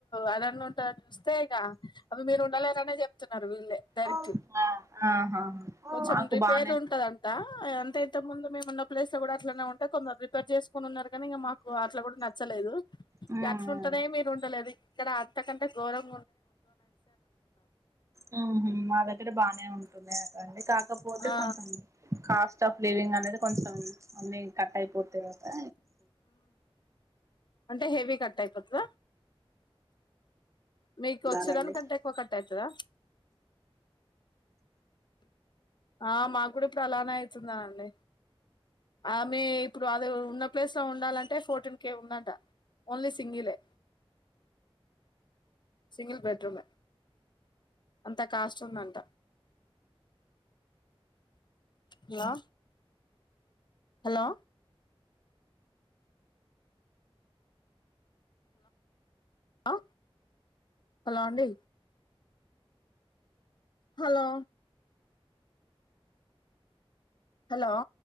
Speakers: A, on the left; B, on the right.
A: అదన్న ఉంటందా చూస్తే ఇక అవి మీరు ఉండలేరనే చెప్తున్నారు వీళ్ళే డైరెక్ట్
B: ఉమ్ ఆ ఆహా
A: కొంచెం
B: మాకు
A: రిపేర్
B: బానే
A: ఉంటందింట ఎంతయితే ముందు మేము ఉన్న ప్లేస్ లో కూడా అట్లనే ఉంటే కొందరు ప్రిపేర్ చేసు కొన్నాకా మా అట్లా కూడా నచ్చలేదు
B: ఉహు
A: అట్లుంటనే మీరు ఉండలేదు ఇక్కడ అంత కంటే మరం
B: అ మా దగ్గర బానే ఉంట <unintelligible> కా కపోతే
A: ఆ
B: కొంచెం కాస్ట్ ఆఫ్ లివింగ్ అనేది కొంచం అన్ని కట్టై పొతయటా
A: అంటె హెవీ కట్ అయిపోతద మీకు
B: చూడాలండి
A: ఒచ్చేదానికంటే ఎక్కువ కట్ అయితద ఆ మాగూడ ఇప్పుడు అలానే అయితుంద అండి ఆ మీ ఇప్పుడు అది ఉన్న ప్లేస్లో ఉండాలంటే ఫోర్టీన్ కే ఉందంట ఓన్లీ సింగిలే సింగిల్ బెడ్రూమె అంత కాస్ట్ ఉందంట హలో హలో లో హలో అండి హలో హలో